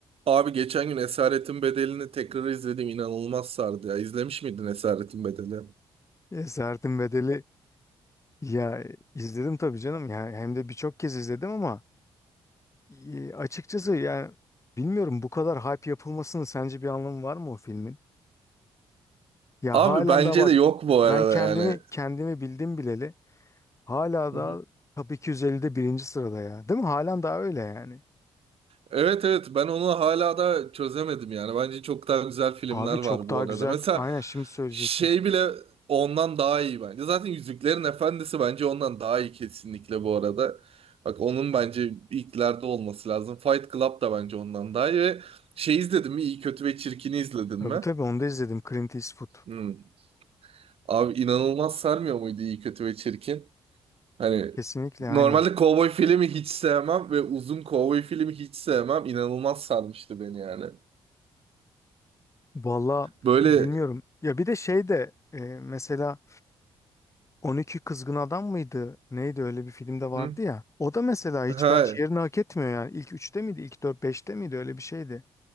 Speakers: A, on the right; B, on the left.
A: Abi geçen gün Esaretin Bedeli'ni tekrar izledim. İnanılmaz sardı ya. İzlemiş miydin Esaretin Bedeli?
B: Esaretin Bedeli ya izledim tabii canım ya hem de birçok kez izledim ama e, açıkçası yani bilmiyorum bu kadar hype yapılmasının sence bir anlamı var mı o filmin? Ya
A: Abi
B: halen
A: bence
B: daha bak
A: de yok bu
B: ben
A: arada
B: kendimi
A: yani.
B: kendimi bildim bileli hala
A: <laughs>
B: da Top 250'de birinci sırada ya değil mi? Halen daha öyle yani.
A: Evet evet ben onu hala da çözemedim yani. Bence çok daha güzel filmler
B: Abi çok
A: var
B: daha
A: bu arada.
B: güzel
A: Mesela
B: aynen şimdi söyleyecektim.
A: şey bile ondan daha iyi bence. Zaten Yüzüklerin Efendisi bence ondan daha iyi kesinlikle bu arada. Bak onun bence ilklerde olması lazım. Fight Club da bence ondan daha iyi. Ve şey izledin mi? İyi Kötü ve Çirkin'i izledin
B: Tabii
A: mi?
B: tabii onu da izledim Clint Eastwood
A: Hmm. Abi inanılmaz sarmıyor muydu İyi Kötü ve Çirkin? Hani
B: kesinlikle
A: normalde
B: aynen.
A: kovboy filmi hiç sevmem ve uzun kovboy filmi hiç sevmem. İnanılmaz sarmıştı beni yani.
B: Valla
A: Böyle
B: bilmiyorum ya bir de şey de e, mesela 12 Kızgın Adam mıydı? Neydi öyle bir filmde vardı
A: Hı.
B: ya. O da mesela hiç
A: he,
B: bence yerini hak etmiyor yani. İlk üçte miydi? İlk dört beşte miydi? Öyle bir şeydi.